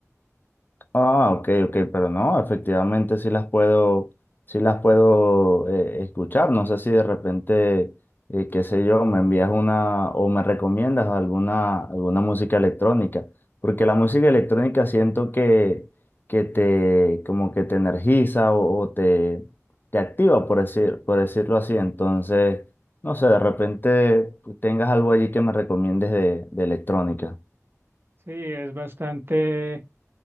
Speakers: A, on the left; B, on the right.
A: Ah, ok, ok, pero no, efectivamente sí las puedo, sí las puedo eh, escuchar. No sé si de repente, eh, qué sé yo, me envías una o me recomiendas alguna, alguna música electrónica, porque la música electrónica siento que, que te, como que te energiza o, o te, te activa, por decir, por decirlo así. Entonces, no sé, de repente tengas algo allí que me recomiendes de, de electrónica.
B: Sí, es bastante,